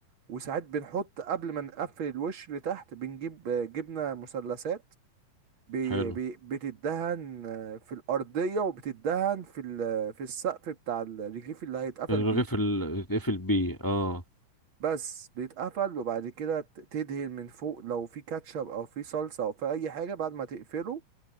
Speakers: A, on the right; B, on the left.
A: وساعات بنحط قبل ما نقفل الوش لتحت بنجيب آه، جبنة مثلثات بي
B: حلو
A: بي بتدهن آه، في الأرضية وبتدهن في ال- في السقف بتاع الرغيف اللي هيتقفل
B: الرغيف
A: بيه
B: اللي يتقفل بيه اه
A: بس بيتقفل وبعد كده ت- تدهن من فوق لو في كاتشب أو في صلصة أو في أي حاجة بعد ما تقفله